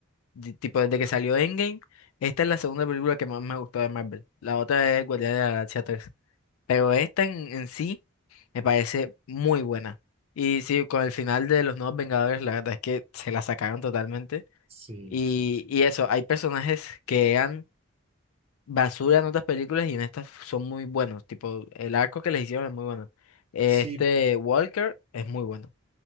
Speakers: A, on the left (about 85°); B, on the right (about 30°).
A: di- tipo, desde que salió Endgame, esta es la segunda película que más me gustó de Marvel. La otra es Guardianes de la Galaxia tres Pero esta en, en sí me parece muy buena. Y sí, con el final de Los Nuevos Vengadores, la verdad es que se la sacaron totalmente.
B: Sí,
A: Y,
B: sí, sí.
A: y eso, hay personajes que eran basura en otras películas y en estas son muy buenos. Tipo, el arco que les hicieron es muy bueno. Este
B: Sí,
A: Walker es muy bueno.